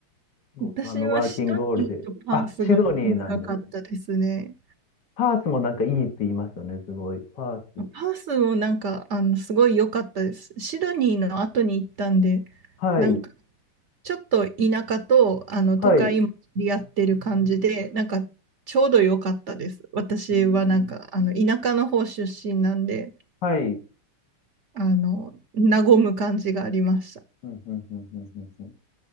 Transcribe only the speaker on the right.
私はシドニーとパースが長かったですね。
パースもなんか、あの、すごい良かったです。シドニーの後に行ったんで、
なんかちょっと田舎とあの都会も切り合ってる感じで、
なんかちょうど良かったです。私はなんかあの田舎の方出身なんで、
あの、和む感じがありました。